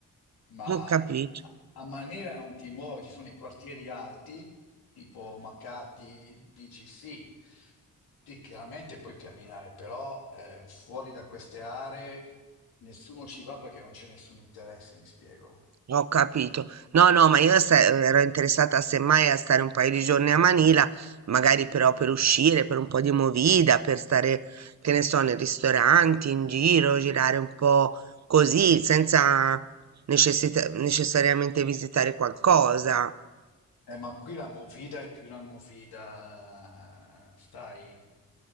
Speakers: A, on the left; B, on the right.
A: ma
B: ho capito.
A: sa- a Manera non ti muovi, ci sono i quartieri alti, tipo Makati, BGC, lì chiaramente puoi camminare, però eh, fuori da queste aree nessuno ci va perché non c'è nessun interesse, mi spiego.
B: Ho capito.
A: Mm?
B: No, no, ma io se- ero interessata semmai a stare un paio di giorni a Manila, magari però per uscire, per un po' di movida, per stare, che ne so, nei ristoranti, in giro, girare un po' così, senza necessita- necessariamente visitare qualcosa.
A: Eh, ma qui la movida è più una movida, sai,